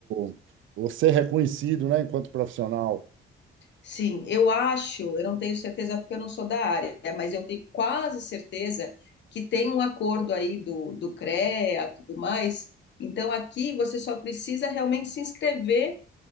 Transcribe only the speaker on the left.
Sim, eu acho, eu não tenho certeza porque eu não sou da área, mas eu tenho quase certeza que tem um acordo aí do, do CREA, e tudo mais. Então, aqui você só precisa realmente se inscrever.